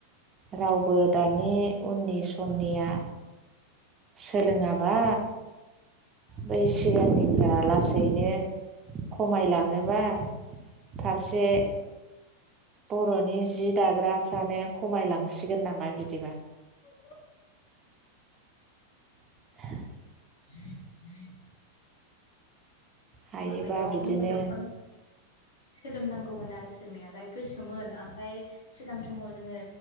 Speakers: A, on the right (about 25°); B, on the left (about 65°).
A: रावबो दानि उननि समनिया सोलोङाबा बै सिगांनिफ्रा लासै नो खमाय लांङोबा फारसे बर'नि जि दाग्राफ्रानो खमायलांसिगोन नामा बिदिबा?
B: <inaudible>
A: <inaudible>
B: <inaudible>
A: हायोबा
B: माबायाव
A: बिदिनो
B: मबाइलाव फन सोलों नां गौमोन आरो सोलों नायालाय गोसोमोन ओमफाय सिगां समाव जोङो।